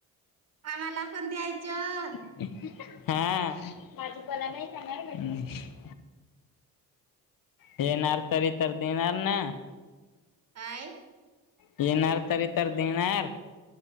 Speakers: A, on the right; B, on the left.
A: आम्हाला पण द्यायचं
B: हा. येणार तरी तर देणार ना?
A: काय?
B: येणार तरी तर देणार?